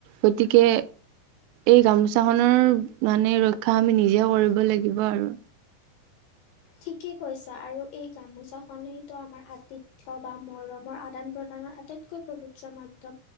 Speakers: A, on the right; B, on the left.
A: গতিকে এই গামোচা খনৰ মানে ৰক্ষা আমি নিজে কৰিব লাগিব আৰু।
B: ঠিকেই কৈছা, আৰু এই গামোচাখনেইতো আমাৰ আতিত তথ বা মৰমৰ আদান প্ৰদানৰ আটাইতকৈ পবিত্ৰ মাধ্যম।